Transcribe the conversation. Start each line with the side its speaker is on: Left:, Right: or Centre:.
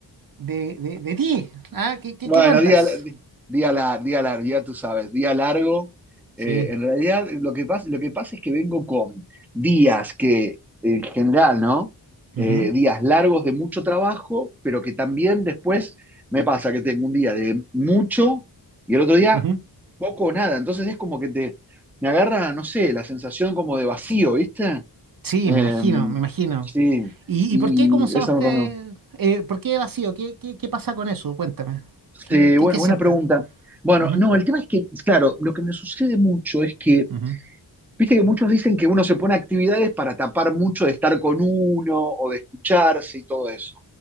Right: de, de- de ti? ¿Ah? ¿Qué, qué,
Centre: Bueno,
Right: qué cuentas?
Centre: día, día, lar- día largo, ya tú sabes, día largo. Eh,
Right: Sí,
Centre: en realidad, lo que pasa, lo que pasa es que vengo con días que, en general, ¿no? Eh,
Right: Ujú,
Centre: días largos de mucho trabajo, pero que también después me pasa que tengo un día de mucho y el otro día
Right: ujú.
Centre: poco o nada. Entonces es como que te, me agarra, no sé, la sensación como de vacío, ¿viste?
Right: Sí,
Centre: Em,
Right: me imagino, me imagino.
Centre: sí,
Right: ¿Y,
Centre: y
Right: y por qué, cómo se llama
Centre: eso
Right: este,
Centre: me pasó.
Right: eh, por qué vacío? ¿Qué, qué, qué pasa con eso? Cuéntame. ¿Qué,
Centre: Sí, bueno,
Right: qué, qué
Centre: buena
Right: sientes?
Centre: pregunta. Bueno,
Right: Ujú,
Centre: no, el tema es que, claro, lo que me sucede mucho es que,
Right: ujú,
Centre: viste que muchos dicen que uno se pone actividades para tapar mucho de estar con uno o de escucharse y todo eso.